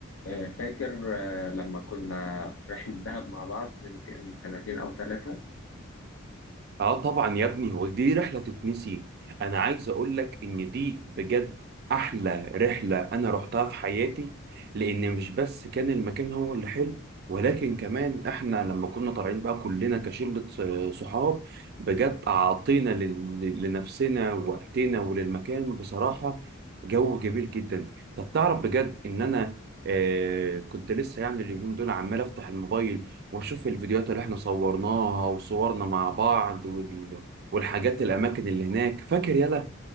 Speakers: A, on the left (about 65°); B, on the right (about 45°).
A: آه، فاكر آه، لما كنا في رحلة دهب مع بعض من من سنتين أو ثلاثة
B: اه طبعا يا ابني هو دي رحله تتنسي انا عايز اقول لك ان دي بجد احلى رحله انا رحتها في حياتي لان مش بس كان المكان هو اللي حلو ولكن كمان احنا لما كنا طالعين بقى كلنا كشله ص- صحاب بجد اعطينا لل- لنفسنا وقتنا وللمكان بصراحه جو جميل جدا طب تعرف بجد ان انا آه كنت لسه يعني اليومين دول عمال افتح الموبايل واشوف الفيديوهات اللي احنا صورناها وصورنا مع بعض وال... والحاجات الاماكن اللي هناك فاكر يلا